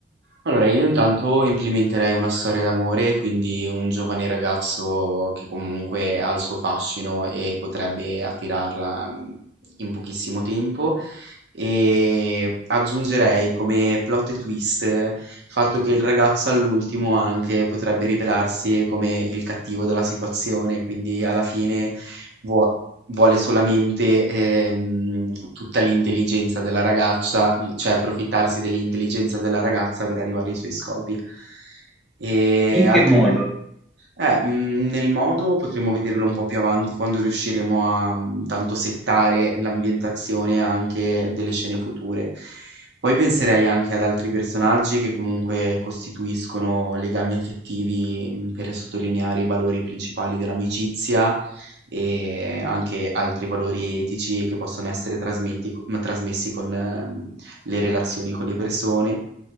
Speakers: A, on the right (about 65°); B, in the centre.
A: Allora, io intanto implementerei una storia d'amore, quindi un giovane ragazzo che comunque ha il suo fascino e potrebbe attirarla mm, in pochissimo tempo. E aggiungerei come plot twist il fatto che il ragazzo all'ultimo anche potrebbe rivelarsi come il cattivo della situazione, quindi alla fine vuo- vuole solamente ehm, tutta l'intelligenza della ragazza, l- cioè approfittarsi dell'intelligenza della ragazza per arrivare ai suoi scopi. E
B: E in
A: altri
B: che modo?
A: per... Eh, mhmm, nel modo potremmo vederlo un po' più avanti quando riusciremo a, mhmm, tanto settare l'ambientazione anche delle scene future. Poi penserei anche ad altri personaggi che comunque costituiscono legami affettivi, mhmm, per sottolineare i valori principali dell'amicizia e anche altri valori etici che possono essere trasmetti co mhmm, trasmessi con, mhmm, le relazioni con le persone.